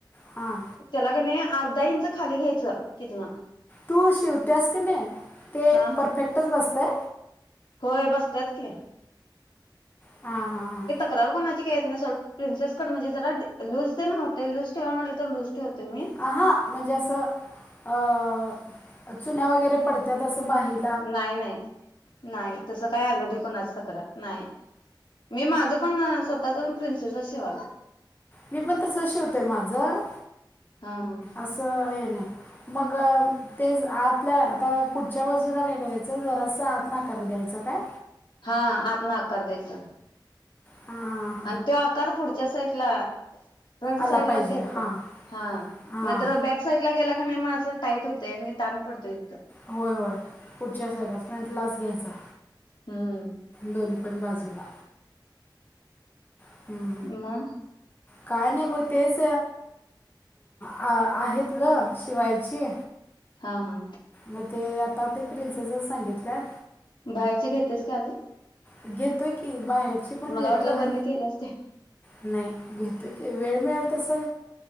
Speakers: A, on the left; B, on the left.
A: हा...
B: त्याला क नाही. अर्धा इंच खाली घ्यायचं तिथनं.
A: तू शिवत्यास क नाही, ते
B: हा हा
A: परफेक्टच बसतय?.
B: होय बसत्यात की.
A: हा... हा... हां
B: तकरार कोणाची काय येत नाही होड़,, प्रिन्सेसकट म्हणजे जरा लूज तेण होतय,. लूज ठेवा म्हटलं, तर लूज ठेलतोय मी.
A: अं हा म्हणजे असं, अ चुन्या वगैरे पडत्यात असं बाहित?
B: नाही नाही नाही, तसं काय आलं नाही, कुणाच तक्रार नाही. मी माझ पण स्वतःच पण प्रिन्सेसच शिवालो
A: मी पण तस शिवतोय माझं.
B: हा हा
A: असं हे नाही. मग तेच, आतल्या आता पुढच्या बाजूला काय करायचं. जरासं आतनं आकार द्यायचा काय?
B: हा, आतनं आकार द्यायचा.
A: हा,
B: आणि तो आकार पुढच्या साईटला फ्रंट
A: आला
B: साईड
A: पाहिजे
B: लाच घ्यायचा,,,
A: हां
B: हा,,
A: हां
B: नाहितर बॅक साईड ला गेला का नाही, मा असं टाईट होतय. आणि ताण पडतोय तीथं.
A: होय.. होय.. पुढच्या साईडलाच,, फ्रंटलाच घ्यायचा.
B: हम्म
A: दोनीपण बाजूला. हम्म
B: मग
A: काय नाही ब तेच अ आहेत गं, शिवायची
B: हा हा.
A: मग ते आता ते प्रिंसेसस सांगितल्यात
B: बाहेरचे घेतेस काय आजू
A: घेतोय की,, बाहेरची पण
B: मला
A: घेतोय
B: वाटलं बंद केलंस काय
A: नाही घेतो की, वेळ मिळेल तस